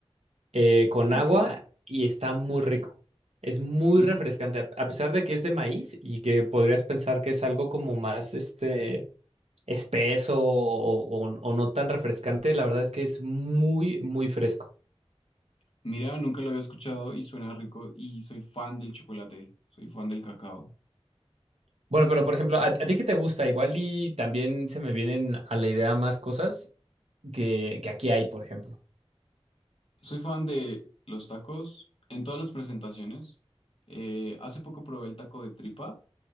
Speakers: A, on the right (about 80°); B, on the left (about 60°).
A: eh, con
B: Ok.
A: agua y está muy rico. Es muy
B: Mm.
A: refrescante, a a pesar de que es de maíz y que podrías pensar que es algo como más este espeso o, o- o no tan refrescante, la verdad es que es muy, muy fresco.
B: Mira, nunca lo había escuchado y suena rico y soy fan del chocolate, soy fan del cacao,
A: Bueno, pero por ejemplo, ¿a, a ti qué te gusta? Igual y también se me vienen a la idea más cosas que, que aquí hay, por ejemplo.
B: soy fan de los tacos en todas las presentaciones. Eh, hace poco probé el taco de tripa,